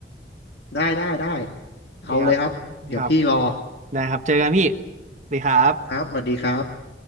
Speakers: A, on the left; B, on the right.
A: ได้ได้ได้
B: โอเคครับ
A: เอาเลยครับเดี๋ยวพี่รอ
B: ครับได้ครับเจอกันพี่สวัสดีครับ
A: ครับสวัสดีครับ